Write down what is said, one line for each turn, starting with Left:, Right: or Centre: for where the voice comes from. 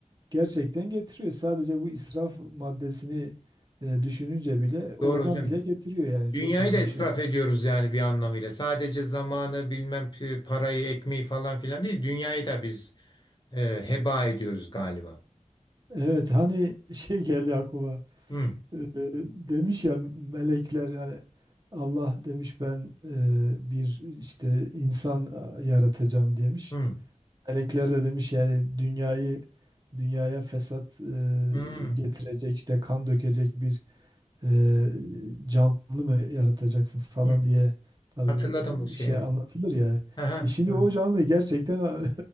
Right: Gerçekten getiriyor. Sadece bu israf maddesini e, düşününce bile oradan
Left: Doğru hocam.
Right: bile getiriyor yani
Left: Dünyayı
Right: çok hızlı
Left: da israf
Right: bir şekilde.
Left: ediyoruz yani bir anlamıyla. Sadece zamanı bilmem p- parayı ekmeği falan filan değil. Dünyayı da biz e, heba ediyoruz galiba.
Right: Evet hani şey geldi aklıma.
Left: Hı,
Right: Ee, demiş ya melekler yani Allah demiş ben e, bir işte insan e, yaratacağım demiş.
Left: hı,
Right: Melekler de demiş yani dünyayı dünyaya fesat
Left: hı,
Right: e, getirecek işte kan dökecek bir e, canlı mı yaratacaksın falan
Left: hı.
Right: diye tabii
Left: Hatırladım bu şeyi.
Right: e, şey
Left: Evet.
Right: anlatılır ya.
Left: Aha,
Right: E şimdi
Left: hı.
Right: o canlıyı gerçekten <laughs>